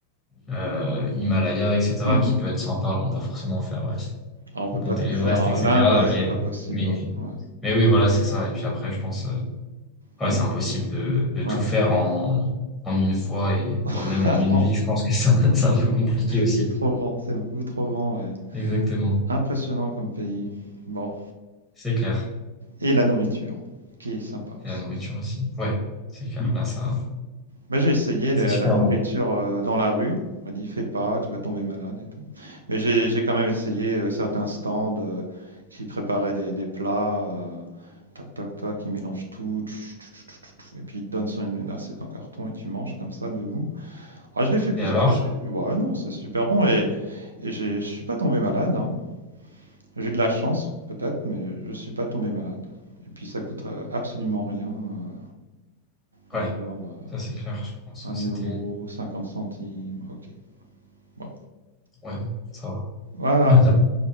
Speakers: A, in the centre; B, on the right.
A: euh, Himalaya, etc.,
B: mhm.
A: qui peut être sympa. Bon, pas forcément faire euh,
B: Ah, on peut pas
A: monter
B: tout
A: l'Everest,
B: faire. hein.
A: etc.
B: L'Inde, euh,
A: Mais
B: c'est pas possible.
A: mais
B: hein, Ouais.
A: mais oui, voilà, c'est ça. Et puis après, je pense. euh,
B: Ouais.
A: Ouais, c'est impossible de, de tout
B: ouais, ouais.
A: faire en, en une fois et voire
B: <laughs>
A: même
B: Ah
A: en une
B: non,
A: vie. Je pense que c'est un, <laughs> c'est un peu compliqué aussi.
B: c'est trop grand, c'est beaucoup trop grand. ouais.
A: Exactement.
B: Impressionnant comme pays. Bon,
A: C'est clair.
B: et la nourriture, qui est sympa
A: Et
B: aussi.
A: la nourriture aussi. Ouais, c'est clair. Là, ça,
B: Moi, j'ai essayé
A: c'est
B: la,
A: super
B: la nourriture
A: bon.
B: euh, dans la rue. On m'a dit, fais pas, tu vas tomber malade et tout. Mais j'ai j'ai quand même essayé euh, certains stands euh, qui préparaient des, des plats, euh, tac, tac, tac, ils mélangent tout, tch, tch, tch, tch, tch, tch, et puis ils te donnent sur une, une assiette en carton et tu manges comme ça, debout. Ah, je l'ai fait plusieurs
A: Et alors?
B: fois. Je- Ouais, non, c'est super bon et, et j'ai- je suis pas tombé malade, hein. J'ai de la chance, peut-être, mais je suis pas tombé malade. Et puis ça coûte euh, absolument rien, euh, du
A: Ouais,
B: genre euh,
A: ça, c'est clair. Je pense que
B: 1
A: c'était,
B: euro, 50 centimes, ok. Bon,
A: ouais, ça va.
B: voilà.
A: <laughs>